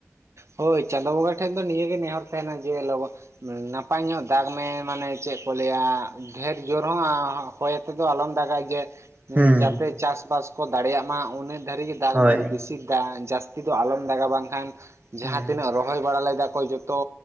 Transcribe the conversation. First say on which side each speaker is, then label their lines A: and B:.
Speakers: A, on the right; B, on the right.
A: ᱦᱳᱭ ᱪᱟᱸᱫᱳ ᱵᱚᱸᱜᱟ ᱴᱷᱮᱜ ᱫᱚ ᱱᱤᱭᱟᱹ ᱜᱮ ᱱᱮᱦᱚᱨ ᱛᱮᱦᱮᱱᱟ ᱡᱮ ᱞᱚᱜᱚ ᱱᱟᱯᱟᱭ ᱧᱚᱜ ᱫᱟᱜᱽ ᱢᱮ ᱢᱟᱱᱮ ᱪᱮᱫ ᱠᱚ ᱞᱟᱹᱭᱟ ᱰᱷᱮᱨ ᱡᱳᱨ ᱦᱚᱸ ᱟᱸ ᱦᱚᱭ ᱛᱮᱫᱚ ᱟᱞᱚᱢ ᱫᱟᱜᱟ ᱡᱮ
B: ᱦᱩᱸ
A: ᱡᱟᱛᱮ ᱪᱟᱥ ᱵᱟᱥ ᱠᱚ ᱫᱟᱲᱮᱭᱟᱜ ᱢᱟ ᱩᱱᱟᱹᱜ ᱫᱷᱟᱹᱨᱤᱡ ᱜᱮ ᱫᱟᱜ
B: ᱦᱳᱭ
A: ᱢᱮ ᱵᱮᱥᱤ ᱫᱟᱜ ᱡᱟᱹᱥ ᱛᱤ ᱫᱚ ᱟᱞᱚᱢ ᱫᱟᱜᱟ ᱵᱟᱝᱠᱷᱟᱱ ᱡᱟᱦᱟᱸ
B: ᱦᱩᱸ
A: ᱛᱤᱱᱟᱹᱜ ᱨᱚ ᱨᱚᱦᱚᱭ ᱵᱟᱲᱟ ᱞᱮᱫᱟ ᱠᱚ ᱡᱚᱛᱚ